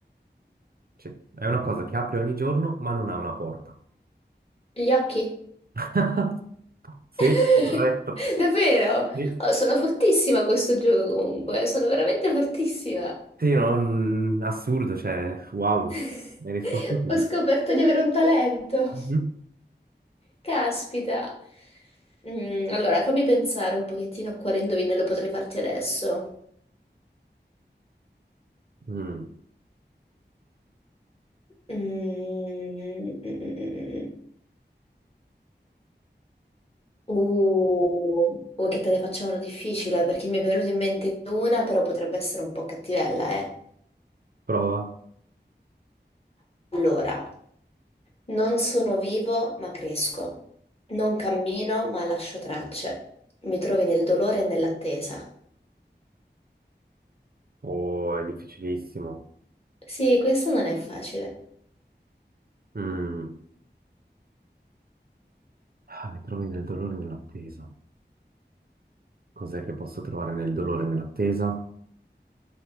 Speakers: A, on the right; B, on the left.
A: Cioè, è una cosa che apre ogni giorno, ma non ha una porta.
B: gli occhi.
A: <laughs> Sì,
B: <laughs>
A: corretto.
B: Davvero?
A: Sì,
B: Oh, sono fortissima a questo gioco comunque. Sono veramente fortissima.
A: sì, non- assurdo, cioè, wow,
B: <laughs>
A: mi hai risposto subito.
B: Ho scoperto di avere un talento.
A: Mhm.
B: Caspita. Mm, allora, fammi pensare un pochettino a quale indovinello potrei farti adesso.
A: Mm.
B: Mm, mm, mm, mm. mm, mm. Uh, vuoi che te ne faccia una difficile? Perché mi è venuta in mente una, però potrebbe essere un po' cattivella, eh.
A: Prova.
B: Allora, non sono vivo, ma cresco. Non cammino, ma lascio tracce. Mi trovi nel dolore e nell'attesa.
A: Oh, è difficilissimo.
B: Sì, questo non è facile.
A: Mm. Ah, mi trovi nel dolore e nell'attesa. Cos'è che posso trovare nel dolore e nell'attesa?